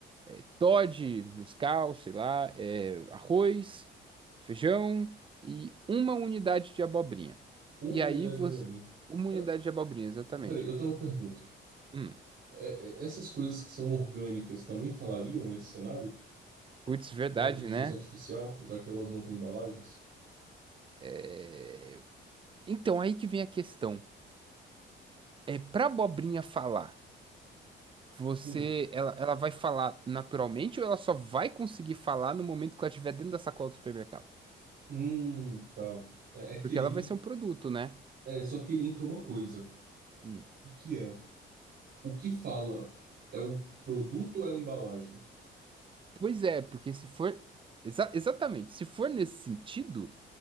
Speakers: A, on the right; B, on the right.
A: é, Toddy, Nescau, sei lá, é, arroz, feijão e uma unidade de abobrinha.
B: Uma
A: E
B: unidade
A: aí você.
B: de abobrinha.
A: Uma unidade
B: É,
A: de abobrinha, exatamente.
B: peraí, eu tenho uma pergunta.
A: Hum.
B: É, é, essas coisas que são orgânicas também falariam nesse cenário
A: Putz, verdade,
B: da inteligência
A: né?
B: artificial, já que elas não têm embalagens?
A: É, Então, aí que vem a questão. É, para abobrinha falar, você,
B: Hum,
A: ela, ela vai falar naturalmente ou ela só vai conseguir falar no momento que ela estiver dentro da sacola do supermercado?
B: hum, tá. É, é que
A: Porque
B: aí,
A: ela vai ser um produto, né?
B: é, só que aí entra uma coisa.
A: Hum.
B: que é o que fala é o produto ou é a embalagem?
A: Pois é, porque se for. exa- exatamente, se for nesse sentido,